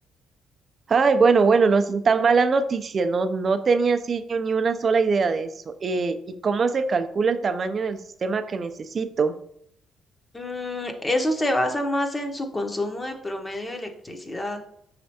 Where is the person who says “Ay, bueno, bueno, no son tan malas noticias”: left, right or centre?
Right